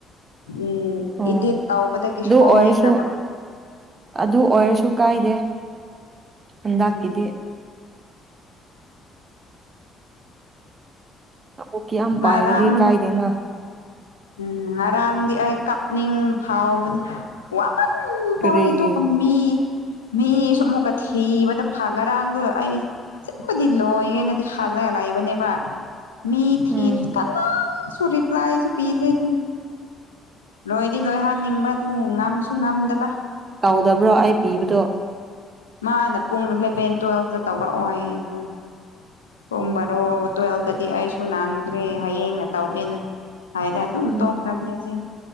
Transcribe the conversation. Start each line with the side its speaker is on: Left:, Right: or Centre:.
Left: ꯎꯝ
Right: ꯑꯣ
Left: ꯏꯗꯤꯠ ꯇꯧꯕꯗꯒꯤ
Right: ꯑꯗꯨ
Left: ꯁꯣꯏꯈ꯭ꯔꯕ꯫
Right: ꯑꯣꯏꯔꯁꯨ ꯑꯗꯨ ꯑꯣꯏꯔꯁꯨ ꯀꯥꯏꯗꯦ ꯍꯟꯗꯥꯛꯀꯤꯗꯤ
Left: ꯎꯝ
Right: <unintelligible>
Left: ꯉꯔꯥꯡ
Right: ꯄꯥꯏꯔꯗꯤ ꯀꯥꯏꯗꯦꯅ
Left: ꯎꯝ ꯉꯔꯥꯡꯗꯤ ꯑꯩ ꯀꯞꯅꯤꯡ ꯐꯥꯎꯕꯅꯤ ꯋꯥꯃꯟ ꯈꯔꯕꯒꯤ
Right: ꯀꯔꯤꯒꯤ
Left: ꯇꯨꯝꯃꯤ ꯃꯤꯁꯨ ꯑꯃꯨꯛꯀ ꯊꯤꯕꯗ ꯐ ꯉꯔꯥꯡꯗꯣ ꯑꯩ ꯑꯁꯦꯡꯕꯗꯤ ꯂꯣꯏꯒꯦꯅꯗꯤ ꯍꯥꯜꯂꯒ ꯂꯩꯕꯅꯦꯕ ꯃꯤ ꯊꯤ
Right: ꯎꯝ
Left: <unintelligible> ꯀꯅꯥꯁꯨ ꯔꯤꯄ꯭꯭ꯂꯥꯏꯁꯨ ꯄꯤꯗꯦ ꯗꯨꯅꯤ ꯂꯣꯏꯗꯤ ꯂꯣꯏꯍꯟ ꯇꯨꯝꯅꯤꯡꯕꯗꯨ ꯉꯝꯁꯨ ꯉꯥꯝꯗꯕ
Right: ꯀꯧꯗꯕ꯭ꯔꯣ ꯑꯩ ꯄꯤꯕꯗꯣ
Left: ꯃꯥꯅ ꯄꯨꯡ ꯏꯂꯚꯦꯟ ꯇꯨꯋꯦꯜꯐꯇ ꯇꯧꯔꯛꯑꯣ ꯍꯥꯏꯌꯦ ꯑꯗꯨꯅ ꯄꯨꯡ
Right: ꯎꯝ
Left: ꯕꯥꯔꯣ ꯇꯨꯋꯦꯜꯇꯗꯤ ꯑꯩꯁꯨ ꯅꯥꯡꯗ꯭ꯔꯦ ꯍꯌꯦꯡꯅ ꯇꯧꯒꯦꯅ ꯍꯥꯏꯔ ꯑꯗꯨꯝ
Right: ꯎꯝ
Left: ꯇꯣꯛꯈ꯭ꯔꯝꯅꯤ ꯑꯗꯨꯏ